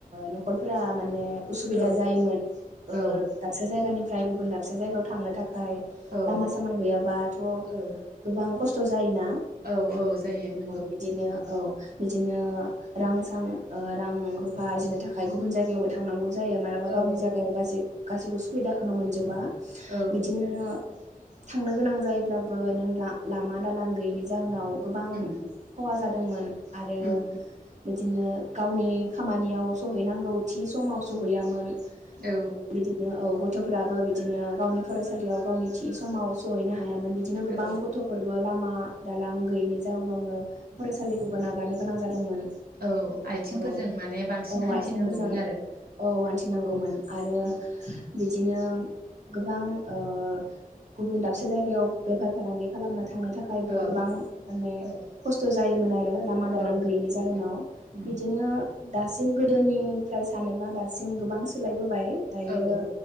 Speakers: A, on the right; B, on the right.
A: नख'रफोरा माने उसुबिदा
B: औ
A: जायोमोन
B: औ
A: दाबसे जायगानि। मफ्राय गुबुन दाबसे जायगायाव थांनो। ओमफ्राय
B: औ
A: लामा सामा गैयाबाथ'
B: औ
A: गोबां खस्थ' जायोना?
B: औ औ जायो नंगौ
A: बिदिनो औ बिदिनो रां सां रां रुफा आरजिनो थाखाय गुबुन जायगायावबो थांनांगौ जायो। जायो मालाबा
B: औ
A: गावनि जायगायाव गासै गासैबो सुबिदाखौनो मोनजोबा।
B: औ
A: बिदिनो। थांनो गोनां जायोब्लाबो नों लामा दालां गैयिनि जाहोनाव। गोबां
B: उम
A: खहा जादों। दंमोन। आरो
B: उम
A: बिदिनो गावनि खामानियाव सहैनांगौ थि समाव सहैयामोन।
B: औ
A: बिदिनो औ गथ'फ्राबो बिदिनो गावनि फरायसालियाव गावनि थि समाव सौहैनो हायामोन बिदिनो गोबां
B: औ
A: गथ'फोरबो लामा मा दालां गैयैनि जाउनावनो फरायसालिखौबो नागारनो गोनां जादोंमोन।
B: औ आथिंफोरजों
A: औ
B: माने बांसिन
A: औ
B: हान्थिनांगौमोन
A: आथिंफोरजों
B: आरो
A: औ हान्थिनांगौमोन
B: औ
A: आरो
B: उम
A: बिदिनो गोबां ओ गुबुन दाबसे जायगायाव बेफार फालांगि खालामना थांनो थाखायबो
B: औ
A: गोबां माने
B: औ
A: खस्थ' जायोमोन आरो। लामा दालां
B: औ
A: गैयिनि
B: औ नंगौ
A: जाहोनाव
B: उम
A: बिदिनो दासिम गोदोनिफ्राय सानोबा दासिम गोबां सोलाय बोबाय दायो
B: औ